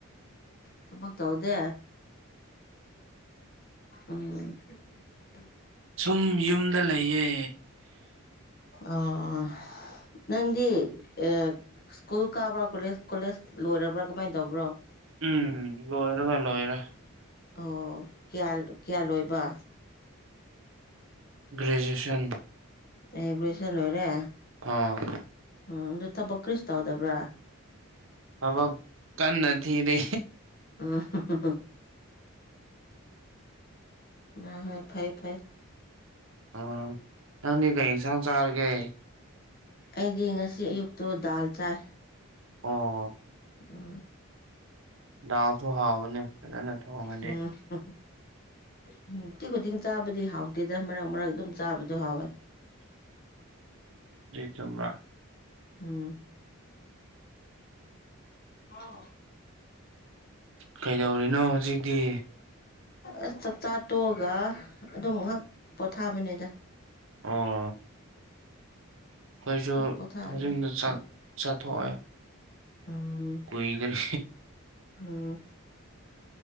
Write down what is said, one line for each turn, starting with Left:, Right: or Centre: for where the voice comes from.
Left: ꯊꯕꯛ ꯇꯧꯗꯦ ꯎꯝ
Right: ꯁꯨꯝ ꯌꯨꯝꯗ ꯂꯩꯌꯦ
Left: ꯑꯣ ꯅꯪꯗꯤ ꯑ ꯁ꯭ꯀꯨꯜ ꯀꯥꯕ꯭ꯔꯥ ꯀꯣꯂꯦꯖ ꯀꯣꯂꯦꯖ ꯂꯣꯏꯔꯕ꯭ꯔꯥ ꯀꯃꯥꯏ ꯇꯧꯕ꯭ꯔꯣ
Right: ꯎꯝ ꯂꯣꯏꯔꯒ ꯂꯣꯏꯔꯦ
Left: ꯑꯣ ꯀꯌꯥ ꯀꯌꯥ ꯂꯣꯏꯕ
Right: ꯒ꯭ꯔꯦꯖꯨꯌꯦꯁꯟ
Left: ꯑꯦ ꯒ꯭ꯔꯦꯖꯨꯌꯦꯁꯟ ꯂꯣꯏꯔꯦ
Right: ꯑꯥ
Left: ꯎꯝ ꯑꯗꯨ ꯊꯕꯛ ꯀ꯭ꯔꯤꯁꯨ ꯇꯧꯗꯕ꯭ꯔꯥ
Right: ꯊꯕꯛ ꯀꯟꯅ ꯊꯤꯔꯤ
Left: ꯑꯥ ꯍꯥ ꯍꯥ ꯍꯣꯏ ꯍꯣꯏ ꯐꯩ ꯐꯩ
Right: ꯑ ꯅꯪꯗꯤ ꯀꯩ ꯏꯪꯁꯥꯡ ꯆꯥꯔꯒꯦ
Left: ꯑꯩꯗꯤ ꯉꯁꯤ ꯑꯌꯨꯛꯇꯣ ꯗꯥꯜ ꯆꯥꯏ
Right: ꯑꯣ
Left: ꯑꯣ ꯑꯝ
Right: ꯗꯥꯜꯁꯨ ꯍꯥꯎꯕꯅꯦ ꯐꯖꯅ ꯊꯣꯡꯉꯗꯤ
Left: ꯍꯝ ꯍꯝ ꯎꯝ ꯅꯨꯇꯤ ꯈꯨꯗꯤꯡ ꯆꯥꯕꯗꯤ ꯍꯥꯎꯇꯦꯗ ꯃꯔꯛ ꯃꯔꯛ ꯑꯗꯨꯝ ꯆꯥꯕꯗꯣ ꯍꯥꯎꯋꯦ
Right: ꯆꯨꯝꯕ꯭ꯔꯥ
Left: ꯑꯝ ꯍꯥꯎ
Right: ꯀꯩꯗꯧꯔꯤꯅꯣ ꯍꯧꯖꯤꯛꯇꯤ
Left: ꯑꯁ ꯆꯥꯛꯆꯥꯥ ꯇꯣꯛꯑꯒ ꯑꯗꯨꯝ ꯉꯥꯏꯍꯥꯛ ꯄꯣꯊꯥꯕꯅꯤꯗ
Right: ꯑꯣ ꯑꯩꯈꯣꯏꯁꯨ
Left: ꯄꯣꯊꯥꯔꯦ
Right: ꯍꯧꯖꯤꯛ ꯆꯥꯛ
Left: ꯎꯝ
Right: ꯆꯥꯊꯣꯛꯑꯦ
Left: ꯎꯝ
Right: ꯀꯨꯏꯗ꯭ꯔꯤ
Left: ꯎꯝ